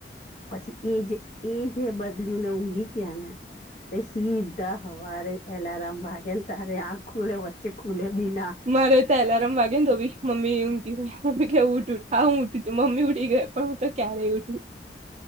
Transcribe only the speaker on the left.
પછી એ જે એ જે બદલી ને ઊંઘી ગ્યા ને પ સીધા હવારે એલારમ વાગે એ તારે આંખ ખુલે વચ્ચે ખુલે ભીના